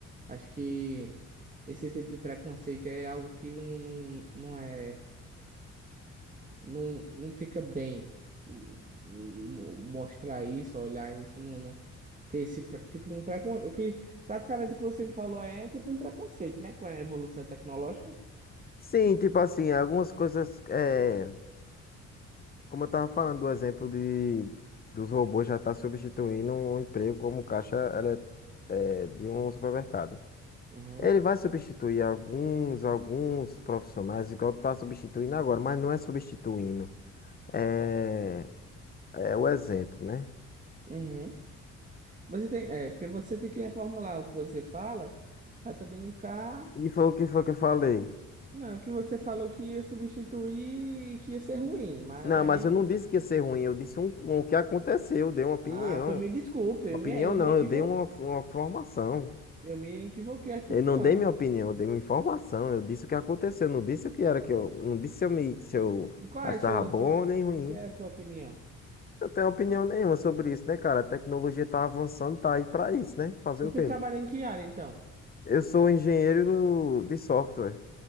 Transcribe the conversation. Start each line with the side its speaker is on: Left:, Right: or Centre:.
Right: Acho que esse tipo de preconceito é algo que não, não, não é não, não fica bem hum, hum, mo- mostrar isso, olhar isso, não, não- ter esse pre- tipo um preconceito, que praticamente o que você me falou aí é tipo um preconceito, né, com a evolução tecnológica.
Left: Sim, tipo assim, algumas coisas. é, Como eu estava falando do exemplo de, dos robôs já estar substituindo um emprego como caixa ele- é, de um supermercado.
Right: Uhum,
Left: Ele vai substituir alguns, alguns profissionais, igual está substituindo agora, mas não é substituindo. É, é o exemplo, né?
Right: uhum. Você tem, é, porque você tem que reformular o que você fala para também não ficar
Left: E foi o que foi que eu falei.
Right: Não, o que você falou que ia substituir e que ia ser ruim, mas
Left: Não,
Right: aí
Left: mas eu
Right: você...
Left: não disse que ia ser ruim, eu disse um, um- o que aconteceu, eu dei uma opinião.
Right: Ah, pois me desculpe,
Left: Opinião
Right: eu me, eu
Left: não,
Right: me equivo...
Left: eu dei uma, uma formação.
Right: eu me equivoquei aqui
Left: Eu
Right: então.
Left: não dei minha opinião, eu dei uma informação. Eu disse o que aconteceu, não disse o que era que eu, não disse se eu me, se eu
Right: E qual
Left: achava
Right: é a sua,
Left: bom
Right: sua,
Left: nem ruim.
Right: o que é a sua opinião?
Left: Eu tenho opinião nenhuma sobre isso, né, cara? A tecnologia tá avançando, tá aí pra isso, né? Fazer
Right: E
Left: o
Right: tu
Left: quê?
Right: trabalha em que área, então?
Left: Eu sou engenheiro de software.